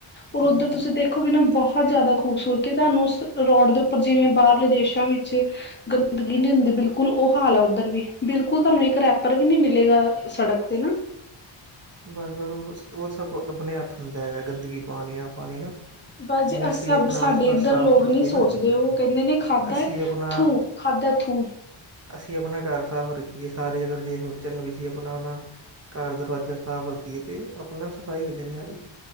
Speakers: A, on the left; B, on the right.
A: ਔਰ ਉੱਧਰ
B: ਹੂੰ
A: ਤੁਸੀਂ ਦੇਖੋਗੇ ਨਾ ਬਹੁਤ ਜ਼ਿਆਦਾ ਖੂਬਸੂਰਤੀ। ਤੁਹਾਨੂੰ ਉਸ ਰੋਡ ਦੇ ਉੱਤੇ ਜਿਵੇਂ ਬਾਹਰਲੇ ਦੇਸ਼ਾਂ ਵਿੱਚ ਗੰਦਗੀ ਨੀ ਹੁੰਦੀ। ਬਿਲਕੁਲ ਉਹ ਹਾਲ ਹੈ ਉੱਧਰ ਵੀ ਬਿਲਕੁਲ ਤੁਹਾਨੂੰ ਇੱਕ ਰੈਪਰ ਵੀ ਨੀ ਮਿਲੇਗਾ।
B: ?
A: ਸੜਕ ਤੇ ਨਾ
B: ਬਸ - ਬਸ ਉਹ ਸਭ ਆਪਣੇ ਹੱਥ ਹੁੰਦਾ ਹੈਗਾ। ਗੰਦਗੀ ਪਾਉਣੀ ਨਾ ਪਾਉਣੀ ਨਾ।
A: ਬਸ
B: ਜੇ
A: ਜੀ
B: ਅਸੀਂ
A: ਅਸੀ
B: ਆਪਣਾ
A: ਸਾਡੇ
B: ਆਸ-ਪਾਸ
A: ਇੱਧਰ
B: ਸਾਫ਼
A: ਲੋਕ
B: ਰੱਖੀਏ
A: ਨਹੀਂ ਸੋਚਦੇ
B: ਨਾ
A: ਉਹ ਕਹਿੰਦੇ ਨੇ ਖਾਧਾ
B: ਅਸੀਂ
A: ਹੈ
B: ਆਪਣਾ
A: ਥੂ। ਖਾਧਾ ਥੂ।
B: ਅਸੀਂ ਆਪਣਾ ਘਰ ਸਾਫ਼ ਰੱਖੀਏ ਸਾਰੇ ਅਗਰ ਜੇ ਸੋਚਣ ਵੀ ਅਸੀਂ ਆਪਣਾ ਨਾ। ਘਰ ਦਰਵਾਜ਼ਾ ਸਾਫ਼ ਰੱਖੀਏ ਤੇ ਆਪਣਾ ਸਫ਼ਾਈ ਹੋ ਜਾਣੀ ਹੈ ਸਾਰੀ।